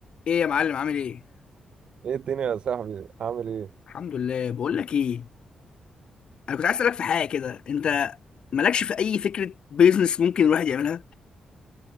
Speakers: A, on the left; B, on the right.
A: ايه يا معلم عامل ايه
B: ايه الدنيا يا صاحبي عامل ايه
A: الحمد لله بقول لك ايه انا كنت عايز اسالك في حاجه كده انت مالكش في اي فكره بيزنس ممكن الواحد يعملها